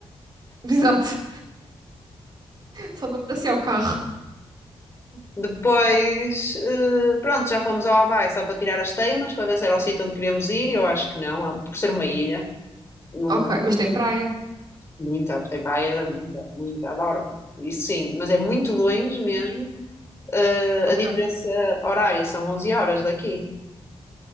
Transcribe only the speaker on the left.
Depois, eh, pronto, já fomos ao Havaí só para tirar as teimas, para ver se era o sítio onde queríamos ir, e eu acho que não, é- por ser uma ilha, não,
muita, tem praia, muita, muita, adoro. Isso sim, mas é muito longe mesmo. Eh,
a diferença horária são 11 horas daqui.